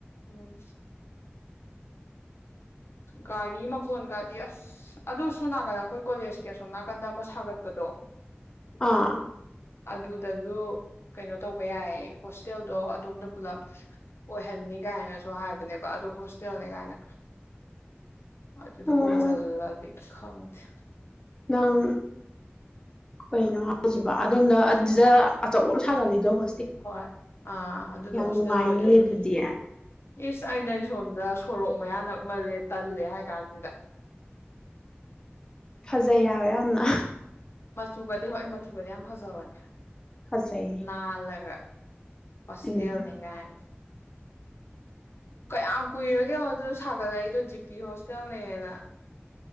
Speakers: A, on the left; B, on the left.
A: ꯎꯝ ꯒꯥꯔꯤ ꯃꯈꯣꯟꯒꯗꯤ ꯑꯁ ꯑꯗꯨ ꯁꯣꯝ ꯅꯥꯀꯟꯗ ꯑꯩꯈꯣꯏ ꯀꯣꯂꯦꯖꯀꯤ ꯑꯁꯣꯝ ꯅꯥꯀꯟꯗ ꯑꯃ ꯁꯥꯒꯠꯄꯗꯣ
B: ꯑꯥ
A: ꯑꯗꯨꯗꯁꯨ ꯀꯩꯅꯣ ꯇꯧꯕ ꯌꯥꯏ ꯍꯣꯁꯇꯦꯜꯗꯣ ꯑꯗꯣꯝꯗ ꯄꯨꯂꯞ ꯑꯣꯏꯍꯟꯅꯤ ꯀꯥꯏꯅꯁꯨ ꯍꯥꯏꯕꯅꯦꯕ ꯑꯗꯨ ꯍꯣꯁꯇꯦꯜꯅꯦ ꯀꯥꯏꯅ ꯑꯗꯨꯗ
B: ꯑꯣ
A: ꯍꯣꯡꯖꯜꯂꯗꯤ ꯈꯪꯗꯦ
B: ꯅꯪ ꯀꯩꯅꯣ ꯍꯥꯏꯁꯤꯕꯨ ꯑꯗꯣꯝꯗ ꯑꯗꯨꯗ ꯑꯆꯧꯕ ꯑꯃ ꯁꯥꯒꯠꯂꯤꯗꯣ ꯍꯣ
A: ꯍꯣꯏ ꯑꯥ ꯑꯗꯨꯗꯣ ꯍꯣꯁꯇꯦꯜ
B: ꯅꯨꯡꯉꯥꯏꯅꯤ
A: ꯑꯣꯏꯗꯣꯏꯅꯤꯌꯦ
B: ꯑꯗꯨꯗꯤ
A: ꯏꯁ ꯑꯩꯅ ꯁꯣꯝꯗ ꯁꯣꯔꯣꯛ ꯃꯌꯥ ꯅꯛꯃꯜꯂꯦ ꯇꯜꯂꯦ ꯍꯥꯏ ꯀꯥꯟꯁꯤꯗ
B: ꯐꯖꯩ ꯍꯥꯕ ꯌꯥꯝꯅ
A: ꯃꯆꯨꯒꯗꯤ ꯍꯣꯏ ꯃꯆꯨꯒꯗꯤ ꯌꯥꯝ ꯐꯖꯕꯅꯦ
B: ꯐꯖꯩꯌꯦ
A: ꯅꯥꯜꯂꯒ ꯍꯣꯁꯂꯦꯜꯅꯦ
B: ꯎꯝ
A: ꯀꯥꯏꯅ ꯀꯌꯥꯝ ꯀꯨꯏꯔꯒꯦ ꯌꯦꯡꯉꯣ ꯑꯗꯨꯗ ꯁꯥꯒꯠꯂꯛꯏꯗꯣ ꯖꯤꯄꯤ ꯍꯣꯁꯇꯦꯜꯅꯦꯅ